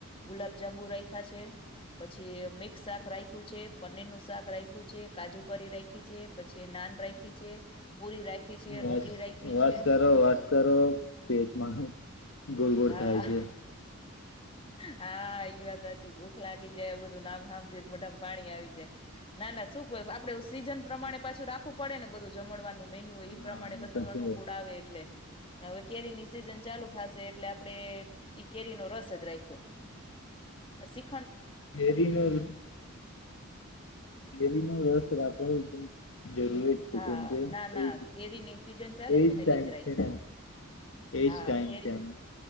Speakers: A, on the left; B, on the left.
A: ગુલાબ જાંબુ રઇખા છે પછી મિક્સ શાક રાઇખ્યું છે પનીર નું શાક રાઇખ્યું છે કાજુ કરી રાઇખી છે પછી નાન રાઇખી છે. પુરી રાખી છે,
B: બસ
A: રોટલી રાયખી
B: વાત
A: છે.
B: કરો વાત કરો પેટમાં ગોળ ગોળ
A: હા.
B: થાય છે.
A: હા. ઈ વાત સાચી ભૂખ લાગી જાય બધું નામ હાંભળી મોઢામ પાણી આવી જાય ના ના શું આપડે સીઝન પ્રમાણે પાછું રાખવું પડે ને બધું જમડવાનું મેન્યુ
B: હા
A: ઈ પ્રમાણે
B: એ
A: બધું
B: તો છે
A: અનુકૂડ આવે એટલે હવે કેરી ની સીઝન ચાલુ થાશે એટલે આપડે ઈ કેરીનો રસ જ રાઇખો. અ શી
B: કેરીનો ર કેરીનો રસ. <unintelligible> જરૂર જ છે
A: હા
B: કેમકે
A: ના ના
B: એ
A: કેરીની સિઝન ચાલે
B: એજ
A: છે ને
B: ટાઈમ
A: એટલે ઈજ રાયખી.
B: ને એજ
A: હા
B: ટાઈમ
A: કેરી
B: ત્યાનો